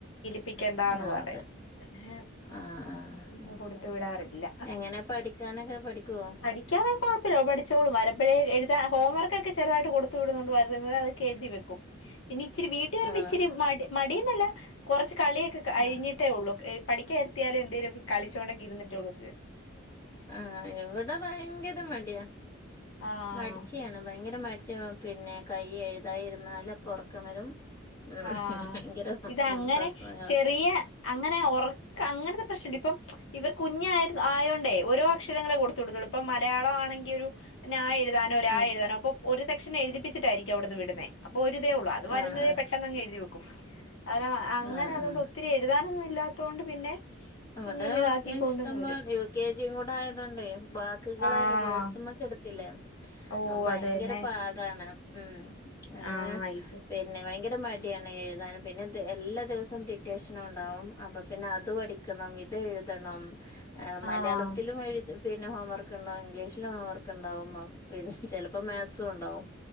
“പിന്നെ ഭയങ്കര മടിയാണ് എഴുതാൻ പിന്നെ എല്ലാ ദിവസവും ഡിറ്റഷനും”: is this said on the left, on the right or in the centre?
Left